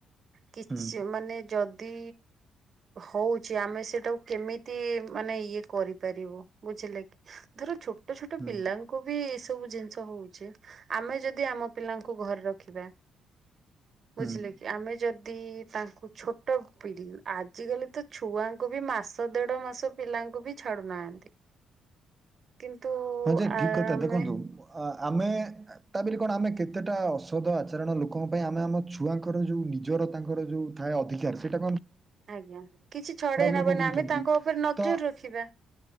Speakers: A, on the right (about 50°); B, on the right (about 20°).
A: କିଛି
B: ହୁଁ
A: ମାନେ ଯଦି ହଉଚି ଆମେ ସେଟାକୁ କେମିତି ମାନେ ଇଏ କରିପାରିବୁ ବୁଝିଲେ କି? ଧର ଛୋଟ ଛୋଟ
B: ହୁଁ
A: ପିଲାଙ୍କୁ ବି ସବୁ ଜିନିଷ ହଉଛି ଆମେ ଯଦି ଆମ ପିଲାଙ୍କୁ ଘରେ ରଖିବା ବୁଝିଲେ
B: ହୁଁ
A: କି ଆମେ ଯଦି ତାଙ୍କୁ ଛୋଟ ପିଢ଼ି। ଆଜିକାଲି ତ ଛୁଆଙ୍କୁ ବି ମାସ ଦେଢ ମାସ ପିଲାଙ୍କୁ ବି ଛାଡୁନାହାଁନ୍ତି। କିନ୍ତୁ
B: ହଁ ଯେ
A: ଆ
B: ଠିକ୍ କଥା
A: ଆମେ
B: ଦେଖନ୍ତୁ ଆ ଆମେ ତା ବିଲି କଣ ଆମେ କେତେଟା ଅସଦ ଆଚରଣ ଲୋକଙ୍କ ପାଇଁ ଆମେ ଆମ ଛୁଆଙ୍କର ଯୋଉ ନିଜ ର ତାଙ୍କର ଯୋଉ ଥାଏ ଅଧିକାର ସେଇଟା
A: ଆଜ୍ଞା କିଛି ଛଡେଇ ନବାନି।
B: ଲୋକ ବୁଲୁଛନ୍ତି
A: ଆମେ ତାଙ୍କ ଉପରେ ନଜର
B: ତ
A: ରଖିବା।